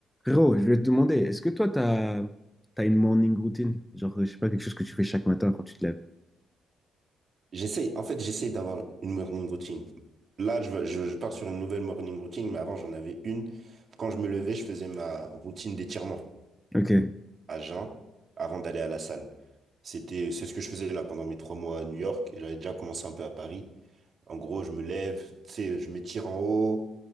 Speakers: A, in the centre; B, on the right (about 45°).
A: Gros, je vais te demander, est-ce que toi, t'as, t'as une morning routine? Genre, je sais pas, quelque chose que tu fais chaque matin quand tu te lèves.
B: J'essaie, en fait, j'essaie d'avoir une morning routine. Là, je, veux- je, je pars sur une nouvelle morning routine, mais avant, j'en avais une. Quand je me levais, je faisais ma routine d'étirement
A: Ok.
B: à jeun avant d'aller à la salle. C'était, c'est ce que je faisais là pendant mes trois mois à New York et j'avais déjà commencé un peu à Paris. En gros, je me lève, tu sais, je m'étire en haut,